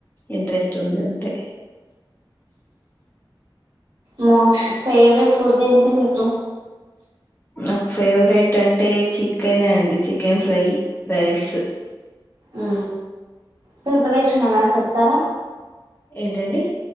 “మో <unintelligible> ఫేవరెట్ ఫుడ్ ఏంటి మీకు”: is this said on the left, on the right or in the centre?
Right